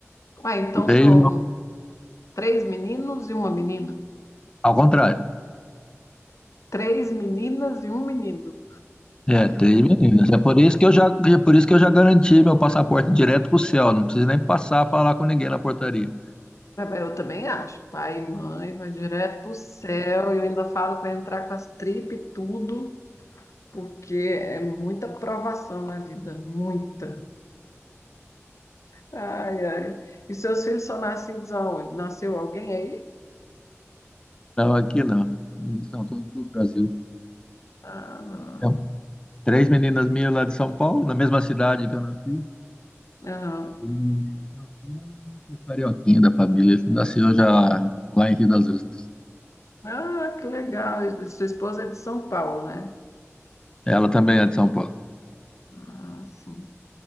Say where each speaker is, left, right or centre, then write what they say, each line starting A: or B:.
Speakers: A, on the left; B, on the left.
A: Ah, então
B: Veio
A: são três meninos e uma menina?
B: ao contrário.
A: Três meninas e um menino.
B: É, três meninas. É por isso que eu já, é por isso que eu já garanti meu passaporte direto para o céu. Não preciso nem passar a falar com ninguém na portaria.
A: Eu também acho. Pai e mãe, vai direto pro céu. E eu ainda falo que vai entrar com as tripas e tudo, porque é muita provação na vida, muita. Ai, ai. E seus filhos são nascidos aonde? Nasceu alguém aí?
B: Não, aqui não. São todos do Brasil.
A: Ah, não.
B: É, Três meninas minhas lá de São Paulo, na mesma cidade que eu nasci.
A: Aham.
B: E meu filho é o único carioquinho da família. Ele nasceu já lá em Rio das Ostras.
A: Ah, que legal. E Sua esposa é de São Paulo, né?
B: Ela também é de São Paulo.
A: Ah, sim.